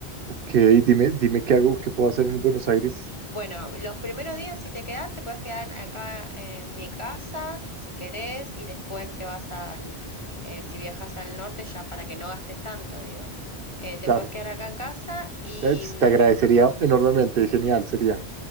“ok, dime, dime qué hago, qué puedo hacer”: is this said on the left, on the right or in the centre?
Right